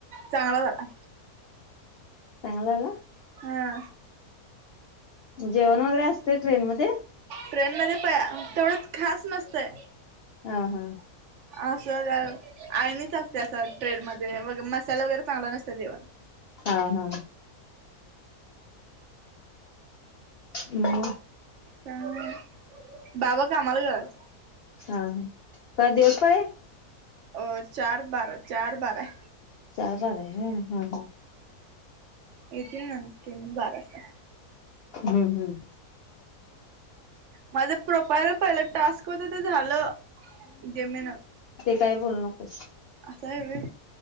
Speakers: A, on the right; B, on the left.
A: चांगला झाला
B: चांगला झाला?
A: हां
B: जेवण वगैरे असतंय ट्रेनमध्ये?
A: ट्रेनमध्ये प तेवढंच खास नसतंय
B: हा हा
A: आसं <unintelligible> आळणीच असतंय असं ट्रेनमध्ये मग मसाला वगैरे चांगलं नसतं जेवण
B: हा, हा हम्म
A: अं बाबा कामाला गेल्यात
B: हा, हा का दिवस पाळी आहे?
A: अं चार-बारा, चार-बारा
B: चार हा रे हं हं
A: येतील ना त्यांनी बारा वासता
B: हम्म हम्म
A: माझं प्रोफाईल पहिलं टास्क होतं ते झालं जेमेन
B: ते काय बोलू नकोस
A: काय रे